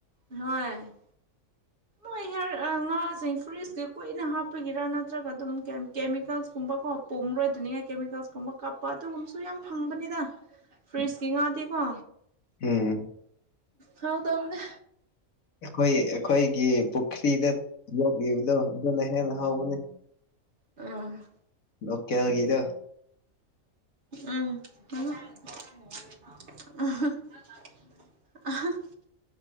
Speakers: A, on the right; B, on the left.
A: ꯍꯣꯏ ꯃꯣꯏ ꯍꯤꯌꯥꯔ ꯉꯥꯁꯤꯡ ꯐ꯭ꯔꯤꯖꯀꯤ ꯀꯨꯏꯅ ꯍꯥꯞꯄꯒꯤꯔꯥ ꯅꯠꯇ꯭ꯔꯒ ꯑꯗꯨꯝ ꯀꯦꯃꯤꯀꯦꯜꯁ ꯀꯨꯝꯕꯀꯣ ꯄꯣꯔꯣꯏꯗꯅꯤꯉꯥꯏ ꯀꯦꯃꯤꯀꯦꯜꯁ ꯀꯨꯝꯕ ꯀꯥꯞꯄ ꯑꯗꯨꯒꯨꯝꯕꯁꯨ ꯌꯥꯝ ꯐꯪꯕꯅꯤꯗꯥ
B: <inaudible>
A: ꯐ꯭ꯔꯤꯖꯀꯤ ꯉꯥꯗꯤꯀꯣ
B: ꯎꯝ
A: ꯍꯥꯎꯇꯕꯅꯦ
B: ꯑꯈꯣꯏ ꯑꯈꯣꯏꯒꯤ ꯄꯨꯈ꯭ꯔꯤꯗ ꯌꯣꯛꯂꯤꯕꯗꯣ ꯑꯗꯨꯅ ꯍꯦꯟꯅ ꯍꯧꯎꯕꯅꯤ
A: ꯎꯝ
B: ꯂꫭꯀꯦꯜ ꯒꯤꯗꫭ
A: ꯎꯝ <unintelligible>